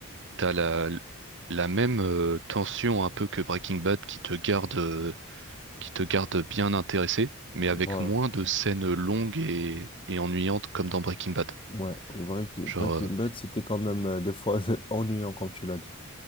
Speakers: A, on the right; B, on the left.
A: t'as la, la même euh, tension un peu que Breaking Bad qui te garde euh, qui te garde bien intéressé, mais avec
B: Voilà.
A: moins de scènes longues et, et ennuyantes comme dans Breaking Bad.
B: Ouais, Breaking,
A: Genre,
B: Breaking
A: euh,
B: Bad, c'était quand même euh, des fois <laughs> ennuyant, comme tu l'as dit.